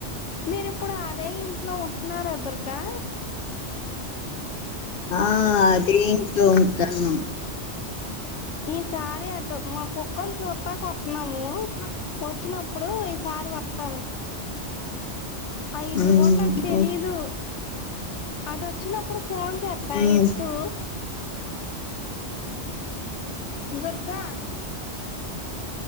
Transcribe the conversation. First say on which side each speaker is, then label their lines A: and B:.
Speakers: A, on the left (about 85°); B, on the left (about 55°).
A: మీరిప్పుడు అదే ఇంట్లో ఉంటున్నారా దుర్గా
B: ఆ అదే ఇంట్లో ఉంటనం
A: ఈసారి అటు మా కుక్కని చూతకు వస్తున్నాము వచ్చినప్పుడు ఈసారి వతా లె ఆ ఇల్లు
B: ఉమ్
A: కూడా నాకు తెలిదు
B: ఉ-
A: అటు వచ్చి నప్పుడు ఫోన్ చేతా
B: ఉమ్
A: ఎత్తు దుర్గా